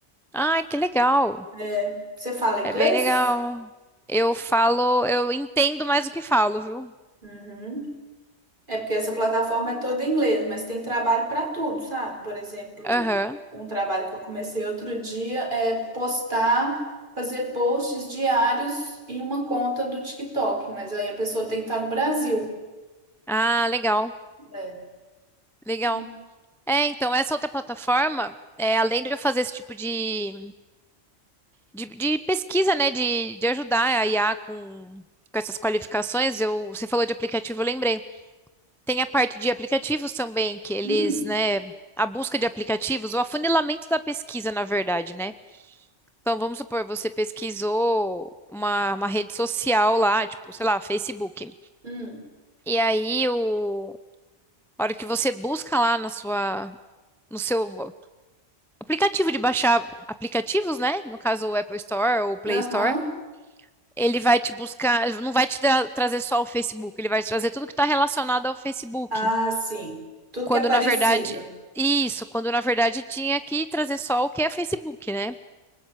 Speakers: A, in the centre; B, on the right.
A: Ai, que legal.
B: É, você fala inglês?
A: É bem legal. Eu falo, eu entendo mais do que falo, viu?
B: Uhum. É porque essa plataforma é toda em inglês, mas tem trabalho para tudo, sabe? Por exemplo,
A: Aham.
B: um trabalho que eu comecei outro dia é postar, fazer posts diários em uma conta do TikTok, mas aí a pessoa tem que estar no Brasil.
A: Ah, legal,
B: É.
A: legal.
B: Ah,
A: É, então, essa outra plataforma, é, além de eu fazer esse tipo de de, de pesquisa, né? De, de ajudar a IA com, com essas qualificações. Eu, você falou de aplicativo, eu lembrei. Tem a parte de aplicativos também, que eles,
B: hum,
A: né? A busca de aplicativos, o afunilamento da pesquisa, na verdade, né? Então, vamos supor, você pesquisou uma, uma rede social lá, tipo, sei lá, Facebook.
B: hum,
A: E aí, o, a hora que você busca lá na sua, no seu aplicativo de baixar aplicativos, né? No caso, o Apple Store ou o Play
B: aham.
A: Store. ele vai te buscar, não vai te tra- trazer só o Facebook, ele vai te trazer tudo que está relacionado ao Facebook.
B: Ah, sim. Tudo
A: Quando
B: que é parecido.
A: na verdade, isso, quando na verdade tinha que trazer só o que é Facebook, né?